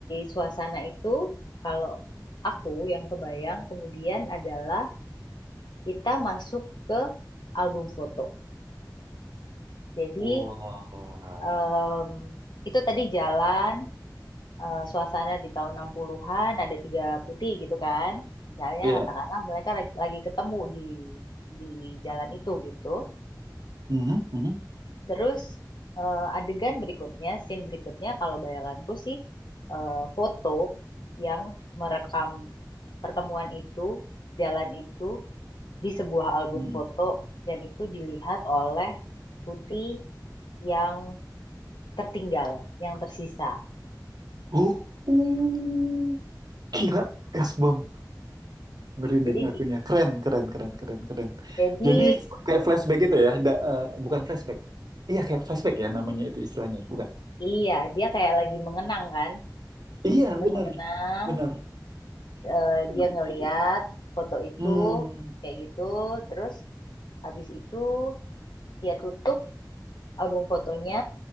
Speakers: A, on the left; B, on the right.
A: suasana itu kalau aku yang kebayang kemudian adalah kita masuk ke album foto. Jadi
B: Wah.
A: em, itu tadi jalan eh, suasana di tahun 60-an ada tiga putih gitu kan. Misalnya
B: Iya.
A: katakanlah mereka lagi lagi ketemu di di jalan itu gitu.
B: Mhm, mhm,
A: Terus eh, adegan berikutnya, scene berikutnya kalau bayanganku sih eh, foto yang merekam pertemuan itu, jalan itu di sebuah album
B: mhm.
A: foto dan itu dilihat oleh Putih yang tertinggal, yang tersisa.
B: Oh, uh, gila gas bom. merinding
A: Jadi di-
B: akunya. Keren, keren, keren, keren, keren.
A: jadi
B: Jadi f- kayak flashback gitu ya, da- eh, bukan flashback. Iya kayak flashback ya namanya itu istilahnya, bukan?
A: iya, dia kayak lagi mengenang kan.
B: Iya
A: Dia
B: bener,
A: mengenang,
B: bener.
A: eh,
B: I-
A: dia ngeliat
B: i-
A: foto itu
B: Hmm,
A: kayak gitu, terus habis itu dia tutup album fotonya